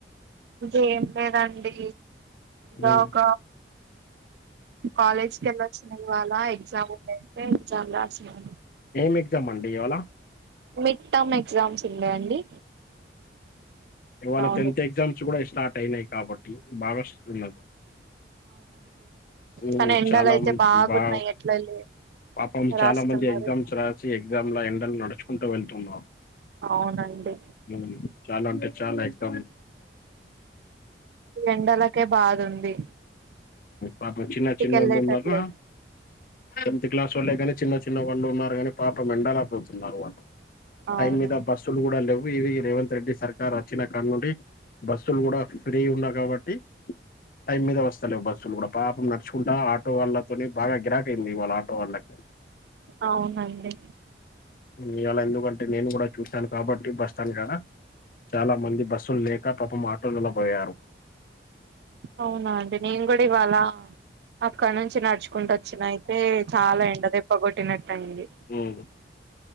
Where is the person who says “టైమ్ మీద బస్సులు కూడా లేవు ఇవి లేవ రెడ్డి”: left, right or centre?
Left